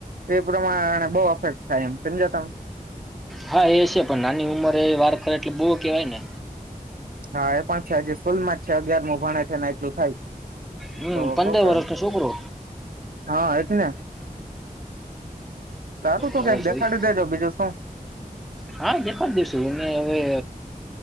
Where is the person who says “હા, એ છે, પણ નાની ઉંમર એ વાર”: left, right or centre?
Centre